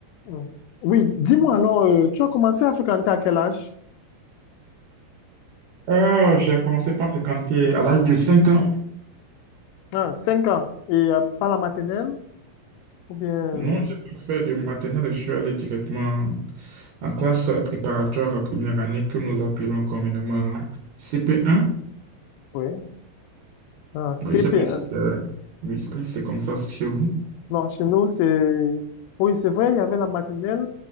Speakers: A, on the left (about 80°); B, on the right (about 75°).
A: Mm. Oui, dis-moi alors, euh, tu as commencé à fréquenter à quel âge?
B: Ah, j'ai commencé par fréquenter à l'âge de 5 ans.
A: Ah, 5 ans. Et euh, pas la maternelle? Ou bien, euh,
B: Non, j'ai pas fait de maternelle, je suis allé directement en classe préparatoire à première année que nous appelons communément CP1.
A: oui, ah, CP.
B: Bon, Je sais pas
A: euh,
B: si c'est euh, oui, je sais pas si c'est comme ça chez vous.
A: Non, chez nous, c'est... Oui, c'est vrai, il y avait la maternelle